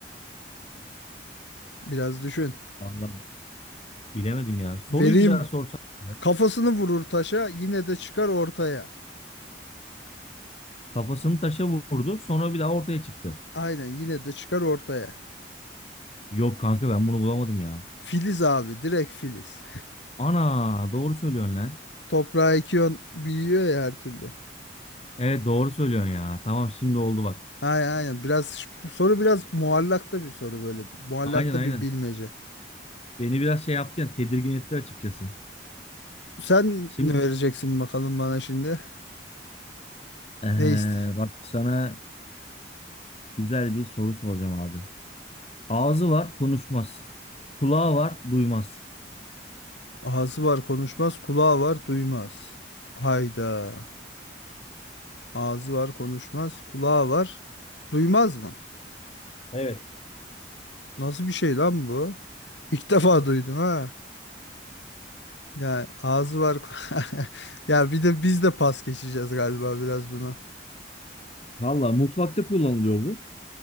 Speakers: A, on the left (about 80°); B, on the left (about 35°).
A: Biraz düşün.
B: Vallahi bilemedim ya. Soruyu
A: Vereyim
B: bir daha sorsana.
A: kafasını vurur taşa yine de çıkar ortaya.
B: Kafasını taşa vurdu sonra bir daha ortaya çıktı.
A: Aynen yine de çıkar ortaya.
B: Yok kanka ben bunu bulamadım ya.
A: Filiz abi direkt filiz.
B: Ana doğru söylüyorsun lan.
A: Toprağa ekiyorsun büyüyor ya her türlü.
B: Evet doğru söylüyorsun ya. Tamam şimdi oldu bak.
A: Aynen aynen. Biraz ş- soru biraz muallakta bir soru böyle. Muallakta
B: Aynen aynen.
A: bir bilmece.
B: Beni biraz şey yaptı ya tedirgin etti açıkçası.
A: Sen
B: Şimdi
A: ne vereceksin bakalım bana şimdi?
B: eee,
A: Ne ist?
B: bak sana güzel bir soru soracağım abi. Ağzı var konuşmaz. Kulağı var duymaz.
A: Ağzı var konuşmaz, kulağı var duymaz. Hayda. Ağzı var konuşmaz, kulağı var duymaz mı?
B: <laughs> Evet.
A: Nasıl bir şey lan bu? İlk defa duydum ha. Ya ağzı var. <laughs> Ya bir de biz de pas geçeceğiz galiba biraz buna.
B: Valla mutfakta kullanılıyor bu.